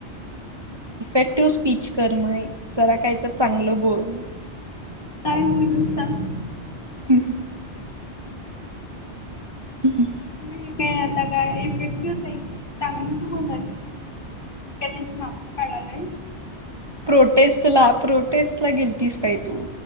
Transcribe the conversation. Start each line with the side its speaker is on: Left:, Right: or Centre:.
Right: इफेक्टिव स्पीच कर मय जरा काही तर चांगलं बोल
Left: काय बोलू सांग
Right: क ह
Left: म्हणजे काय आता काय इफेक्टिव आहे की चांग मसं बोल झालेी का त्यांचे मापू काढालाय
Right: प्रोटेस्ट ला प्रोटेस्ट ला गेलतीस काय तू